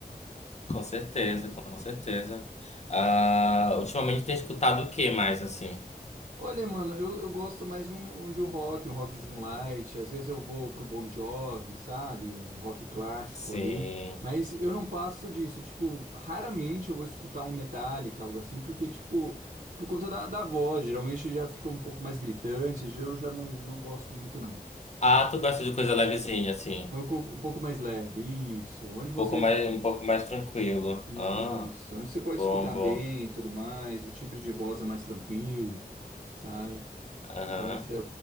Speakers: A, on the left; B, on the right.
A: Com certeza, com certeza. Ah, ultimamente tem escutado o que mais, assim?
B: Olha, mano, eu, eu gosto mais de um, de um rock, um rockzinho light. Às vezes eu vou pro Bon Jovi, sabe? Um rock clássico
A: Sim.
B: ali. Mas eu não passo disso. Tipo, raramente eu vou escutar um Metallica, algo assim, porque, tipo, por conta da, da voz, geralmente já fica um pouco mais gritante. já- Eu já não, não gosto muito, não.
A: Ah, tu gosta de coisa levezinha, assim.
B: É Um, co-
A: Um
B: um pouco mais leve. Isso. Onde você.
A: pouco mais, um pouco mais tranquilo.
B: Isso.
A: Ah,
B: Onde você pode
A: bom,
B: escutar
A: bom.
B: bem e tudo mais. O timbre de voz é mais tranquilo, sabe?
A: Aham.
B: Então isso é,